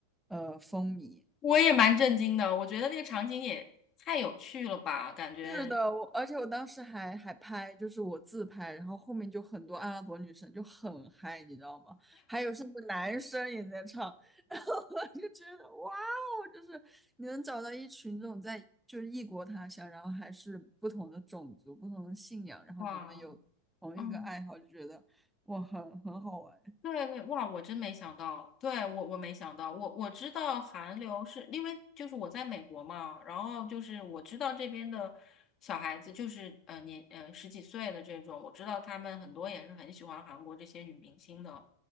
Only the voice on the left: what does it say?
我也蛮震惊的，我觉得那个场景也太有趣了吧，感觉
哇，嗯。
对对，哇，我真没想到，对，我我没想到，我我知道韩流是因为就是我在美国嘛，然后就是我知道这边的小孩子就是呃年呃十几岁的这种，我知道他们很多也是很喜欢韩国这些女明星的，